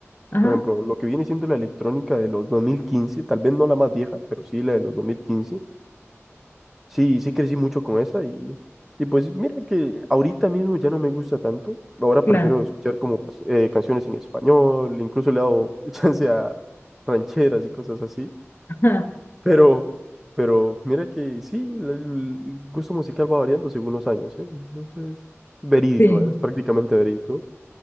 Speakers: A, on the left; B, in the centre.
A: ajá,
B: Por ejemplo, lo que viene siendo la electrónica de los 2015, tal vez no la más vieja, pero sí la de los 2015. Sí, sí crecí mucho con esa y, y pues mira que ahorita mismo ya no me gusta tanto. Ahora
A: claro.
B: prefiero escuchar como pas- eh, canciones en español, incluso le he dado <laughs> chance a rancheras y cosas así.
A: Ajá,
B: Pero, pero mira que sí, el, el gusto musical va variando según los años, ¿eh? Eso es verídico,
A: sí,
B: es prácticamente verídico.